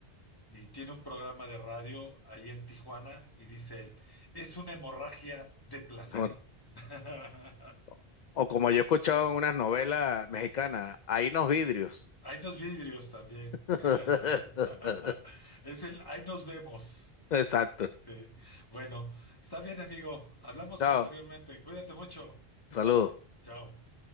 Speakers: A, on the left; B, on the left.
A: y tiene un programa de radio ahí en Tijuana y dice él, es una hemorragia de placer.
B: No, no.
A: <laughs>
B: O, o como yo he escuchado en unas novelas mexicanas, hay unos vidrios.
A: Hay unos vidrios también.
B: <laughs>
A: <laughs> Es el, ahí nos vemos.
B: Exacto.
A: Sí. Bueno, está bien, amigo. Hablamos
B: Chao.
A: posteriormente. Cuídate mucho.
B: Saludos.
A: Chao.